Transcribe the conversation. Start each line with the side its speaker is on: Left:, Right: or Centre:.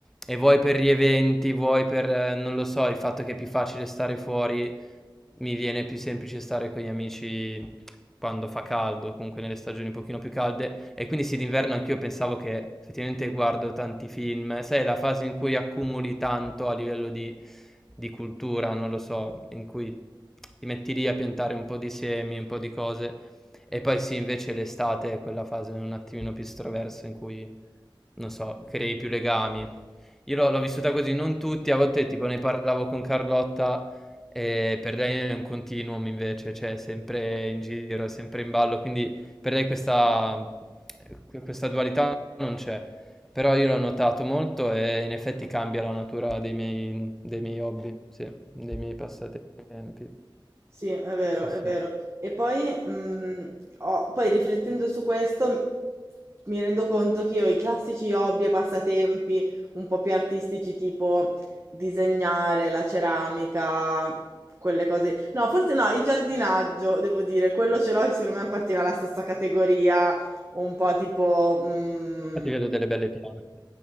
Centre: E vuoi per gli eventi, vuoi per, eh, non lo so, il fatto che è più facile stare fuori mi viene più semplice stare con gli amici quando fa caldo, comunque nelle stagioni un pochino più calde, e quindi sì, d'inverno anch'io pensavo che effettivamente guardo tanti film, sai, è la fase in cui accumuli tanto a livello di, di cultura, non lo so, in cui ti metti lì a piantare un po' di semi, un po' di cose, e poi sì, invece l'estate è quella fase un attimino più estroversa in cui, non so, crei più legami. Io l'ho l'ho vissuta così, non tutti, a volte tipo ne parlavo con Carlotta e per lei è un continuum invece, cioè è sempre in giro, è sempre in ballo, quindi per lei questa, questa dualità non c'è. Però io l'ho notato molto e in effetti cambia la natura dei miei, dei miei hobby, sì, dei miei passatempi.
Right: Sì, è vero,
Centre: Sì,
Right: è
Centre: sì.
Right: vero. E poi, mm, ho- poi riflettendo su questo, m- mi rendo conto che io i classici hobby e passatempi un po' più artistici, tipo disegnare, la ceramica, quelle cose. No, forse no, il giardinaggio, devo dire, quello ce l'ho che secondo me appartiene alla stessa categoria, un po' tipo, mh,
Centre: Infatti vedo delle belle piante.